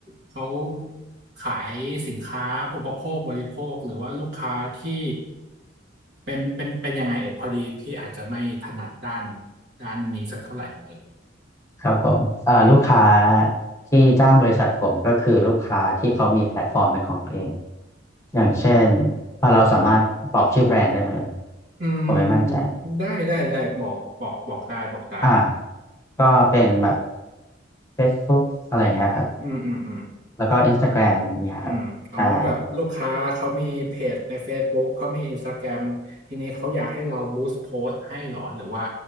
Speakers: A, on the right; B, on the left.
A: เขาขายสินค้าอุปโภคบริโภคหรือว่าลูกค้าที่เป็นเป็นเป็นยังไงเอ่ยพอดีพี่อาจจะไม่ถนัดด้านด้านนี้สักเท่าไหร่เอ่ย
B: ครับผมเอ่อลูกค้าที่จ้างบริษัทผมก็คือลูกค้าที่เขามีแพลตฟอร์มเป็นของตัวเอง อย่างเช่นเอ่อเราสามารถบอกชื่อแบรนด์ได้ไหมเอ่ย
A: อืม
B: ผมไม่มั่นใจ
A: ได้ได้ได้บอกบอกบอกได้บอกได้
B: อ่าก็เป็นแบบ Facebook อะไรเงี้ยครับ
A: อืมอืมอืม
B: แล้วก็ Instagram เนี่ยครับ
A: อืมอ๋อแบบลูกค้าเขามีเพจใน
B: ใช่
A: Facebook เขามี Instagram ทีนี้เขาอยากให้เราบูสต์โพสต์ให้เหรอหรือว่า